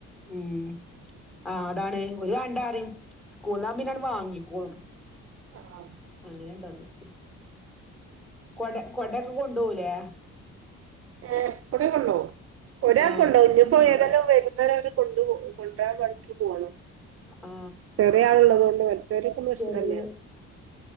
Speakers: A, in the centre; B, on the right.
A: ഉം ആ അതാണ്. ഒര് വേണ്ടാ റയും സ്കൂൾന്നാമ്പോത് വാങ്ങിക്കോളും.
B: ആഹ്
A: അങ്ങെനെ ഇണ്ടൊന്ന് കൊട കൊടയെക്കെ കൊണ്ടുപോലേ?
B: ഏ കൊടയെക്കെ കൊണ്ട് പോമോ? ഒരാക്കൊണ്ട്പോം.
A: ആ
B: ഇതിപ്പോ ഏതെല്ലാം വെരും. അന്നേരം അവെര് കൊണ്ടുപോം. കൊണ്ടെരാൻ വൈക്ട്ട് പോണെം.
A: ആ
B: ചെറിയ ആളുള്ളതുകൊണ്ട് മറ്റവരിക്കൊന്നും
A: നേർച്ചെറിയ
B: ഇഷ്ടെല്യാ.